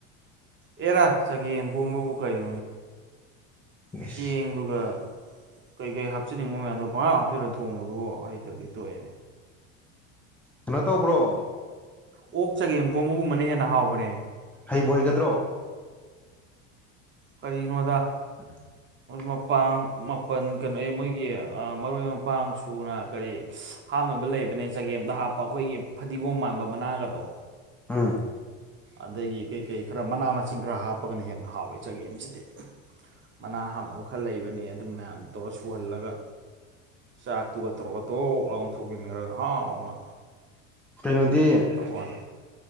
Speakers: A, on the right; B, in the centre.
A: ꯑꯦꯔꯥ ꯆꯒꯦꯝ ꯄꯣꯝꯕꯕꯨ ꯀꯅꯤ
B: ꯌꯦꯁ
A: ꯆ ꯌꯦꯡꯂꯗꯨꯒ ꯀꯩꯀꯩ ꯍꯥꯞꯆꯤꯟꯅꯤꯡꯕ ꯃꯌꯥꯝꯗꯣ ꯄꯪꯒꯥꯞ ꯍꯥꯞꯆꯜꯂꯒ ꯊꯣꯡꯕꯗꯨꯕꯨ ꯍꯩꯇ꯭ꯔꯗꯤ ꯇꯣꯛꯑꯦ꯫
B: ꯀꯩꯅꯣ ꯇꯧꯕ꯭ꯔꯣ
A: ꯑꯣꯛ ꯆꯒꯦꯕꯣ ꯃꯒꯨꯝꯕꯅ ꯍꯦꯟꯅ ꯍꯥꯎꯕꯅꯦ
B: ꯍꯩꯕ ꯍꯩꯒꯗ꯭ꯔꯣ
A: ꯀꯔꯤꯅ ꯑꯣꯗꯥ
B: <inaudible>
A: ꯃꯄꯥꯡ ꯃꯥꯄꯜ ꯀꯩꯅꯣ ꯑꯦ ꯃꯣꯏꯒꯤ ꯃꯔꯣꯏ ꯃꯄꯥꯡ ꯁꯨꯅ ꯀꯔꯤ ꯍꯥꯞꯅꯕ ꯂꯩꯕꯅꯦ ꯆꯒꯦꯝꯗ ꯍꯥꯞꯄ ꯑꯩꯈꯣꯏꯒꯤ ꯐꯗꯤꯒꯣꯝ ꯃꯥꯟꯕ ꯃꯅꯥꯒꯗꯣ꯫
B: ꯑꯥ
A: ꯑꯗꯒꯤ ꯀꯩ ꯀꯩ ꯈꯔ ꯃꯅꯥ ꯃꯁꯤꯡ ꯈꯔ ꯍꯥꯞꯄꯒꯅ ꯍꯦꯟꯅ ꯍꯥꯎꯏꯦ ꯆꯒꯦꯝꯁꯤꯗꯤ ꯃꯅꯥ ꯍꯥꯞꯅꯕ ꯈꯔ ꯂꯩꯕꯅꯤ ꯑꯗꯨꯝ ꯃꯌꯥꯝꯗꯨ ꯇꯧꯔꯒ ꯁꯨꯍꯜꯂꯒ ꯆꯥꯛꯇꯨꯒ ꯇꯔꯣꯛ ꯑꯇꯣꯛ ꯂꯥꯎ ꯊꯣꯛꯖꯤꯟꯈ꯭ꯔꯒ ꯍꯥꯎꯅ
B: ꯀꯩꯅꯣꯗꯤ
A: ꯇꯧꯋꯥꯅꯤ